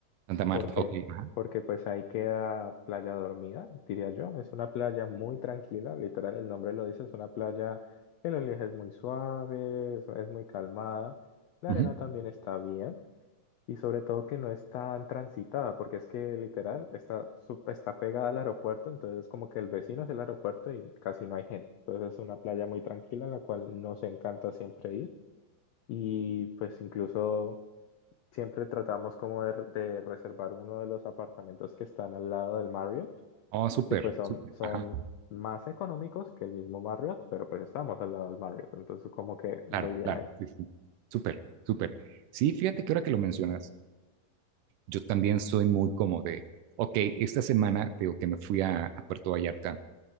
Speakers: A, on the right; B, on the left.
A: Santa Marta,
B: ¿Por qué?
A: ok, ajá,
B: Porque pues ahí queda Playa Dormida, diría yo. Es una playa muy tranquila, literal, el nombre lo dice, es una playa que el oleaje es muy suave, es, es muy calmada. La
A: ujú.
B: arena también está bien y sobre todo que no es tan transitada, porque es que literal está, su- está pegada al aeropuerto, entonces es como que el vecino es el aeropuerto y casi no hay gente. Entonces es una playa muy tranquila en la cual nos encanta siempre ir y pues incluso siempre tratamos como de, de reservar uno de los apartamentos que están al lado del Marriott,
A: Oh, súper,
B: que pues son,
A: súper,
B: son
A: ajá,
B: más económicos que el mismo Marriott, pero pues estamos al lado del Marriott, entonces como que muy
A: claro,
B: bien
A: claro,
B: ahí.
A: sí, sí, súper, súper. Sí, fíjate que ahora que lo mencionas, yo también soy muy como de, ok, esta semana, digo que me fui a, a Puerto Vallarta,